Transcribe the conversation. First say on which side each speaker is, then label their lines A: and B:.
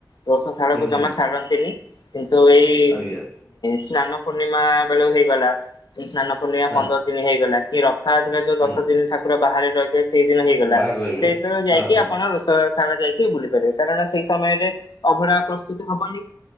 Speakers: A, on the left (about 75°); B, on the left (about 35°).
A: ରୋଷେଇ ସାଳକୁ
B: ହୁଁ, ହୁଁ,
A: ଜମା ଛାଡନ୍ତିନି। କିନ୍ତୁ ଏଇ
B: ଆଜ୍ଞା,
A: ସ୍ନାନ ପୂର୍ଣ୍ଣିମା ବେଳୁ ହେଇଗଲା। ସ୍ନାନ ପୂର୍ଣ୍ଣିମା
B: ହଁ,
A: ପନ୍ଦର ଦିନ ହେଇଗଲା। କି ରଥାଯାତ୍ରାରେ ଯୋଉ
B: ହୁଁ,
A: ଦଶ ଦିନ ଠାକୁର ବାହାରେ ରହିବେ ସେଇଦିନ ହେଇଗଲା।
B: ବାହାରେ ରହିବେ?
A: ସେଇଦିନ ଯାଇକି
B: ହଁ, ହଁ,
A: ଆପଣ ସାରା ଯାଇକି ବୁଲି ପାରିବେ। କାରଣ ସେଇ ସମୟରେ ଅଭଢା ପ୍ରସ୍ତୁତ ହବନି।